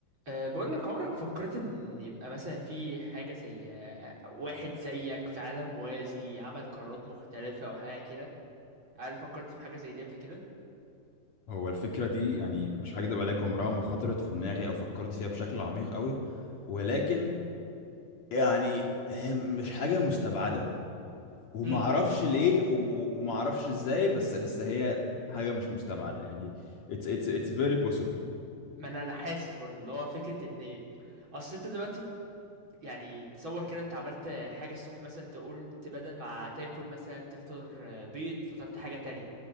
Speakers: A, on the right; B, on the left.
A: أه بقول لك عمرك فكرت ان يبقى مثلا في حاجة زي آه، واحد زيك في عالم موازي عمل قرارات مختلفة او حاجة كده هل فكرت في حاجة زي دي قبل كده
B: هو الفكرة دي يعني مش هكدب عليك عمرها ما خطرت في دماغي أو فكرت فيها بشكل عميق أوي ولكن يعني هي مش حاجة مستبعدة ومعرفش
A: امم
B: ليه وم- و- ومعرفش إزاي بس بس هي حاجة مش مستبعدة يعني it's it's it's very possible
A: ما انا انا حاسس برضو اللي هو فكرة ان ايه اصل انت دلوقتي يعني تصور كده انت عملت حاجة الصبح مثلا انت قلت بدل ما تاكل مثلا تفطر آه، بيض فطرت حاجة تانية